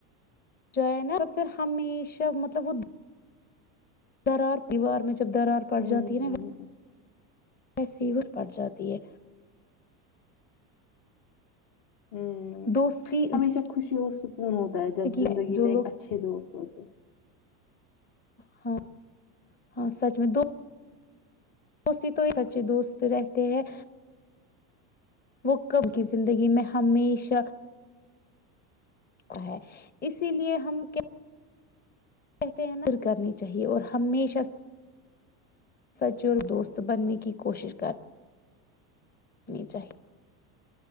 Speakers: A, on the left; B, on the left.
A: جائے نا پھر ہمیشہ مطلب وہ ثرار پیوار م میں جب درار پڑ
B: ہوں
A: جاتی ہے
B: ہوں
A: نا <unintelligible> مصیورت پڑ جاتی ہے
B: ہوں
A: دوستی
B: ہمیشہ خوشی ہو خون ہوتا ہے جب زندگی
A: ہے جو
B: میں ایک
A: لوگ
B: اچھے دوست ہوتے
A: ہاں ہاں سچ میں دو دوستی تو ایک سچے دوست رہتے ہیں وہ کم کی زندگی میں ہمیشہ کو ہے اسی لیے ہم کیا کہتے نر کرنی چاہیے اور ہمیشہ سچی اور دوست بننے کی کوشش کرنی چاہے